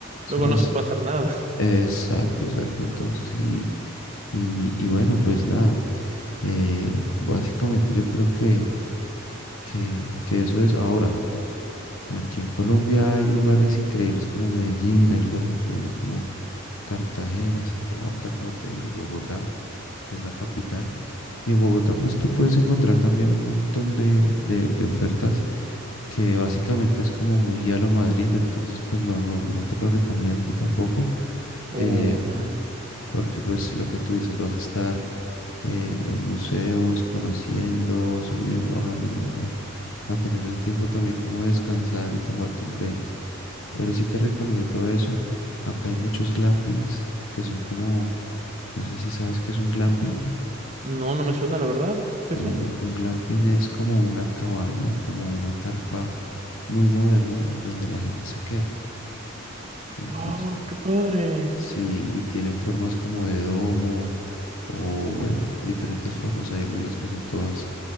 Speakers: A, on the left (about 75°); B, on the right (about 30°).
A: ¿sabes?
B: luego no se puede hacer nada. <laughs>
A: Exacto, exacto. Entonces, y, y, y bueno, pues nada, eh, básicamente yo creo que, que, que eso es ahora. Y Aquí en Colombia hay lugares increíbles como Medellín, hay lugares increíbles como Cartagena, Santa Marta, como te digo, Bogotá, que es la capital. Y en Bogotá, pues tú puedes encontrar también un montón de, de- de ofertas que básicamente es como muy a lo Madrid, entonces pues no, no, no te lo recomiendo tampoco.
B: Oh,
A: Eh,
B: ya.
A: porque pues lo que tú dices, vas a estar eh, en museos, conociendo, subiendo, bajando y no vas a, a tener el tiempo también como de descansar y tomarte un break. Pero sí te recomiendo eso. Acá hay muchos glampings que son como, no sé si sabes qué es un glamping.
B: No, no me suena, la verdad. ¿Qué
A: Bueno,
B: son?
A: un glamping es como una cabaña, como una carpa muy moderna en donde la gente se queda. Entonces,
B: Oh, qué padre.
A: Sí, y tienen formas como de domo o bueno, diferentes formas. Hay algunas que son todas